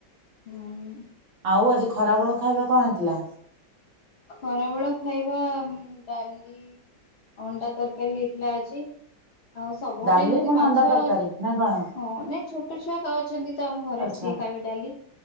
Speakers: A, on the left (about 65°); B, on the right (about 85°).
A: ହୁଁ।
B: ଆଉ ଆଜି ଖରା ବେଳ ଖାଇବା କଅ ହେଇଥିଲା?
A: ଖରାବେଳ ଖାଇବା ଉଁମ ଡାଲି। ଅଣ୍ଡା ତରକାରୀ ହେଇଥିଲା ଅଜି ଆଉ ସବୁବେଳେ
B: ଡାଲି
A: ଏମିତି
B: ପୁଣି
A: ମାଛ।
B: ଅଣ୍ଡା ତରକାରୀ ନା କଣ?
A: ହଁ ନାଇଁ ଛୋଟ ଛୁଆ କ ଅଛନ୍ତି ତ ଆମ ଘରେ
B: ଆଚ୍ଛା
A: ସିଏ ଖାଇବେ ଡାଲି।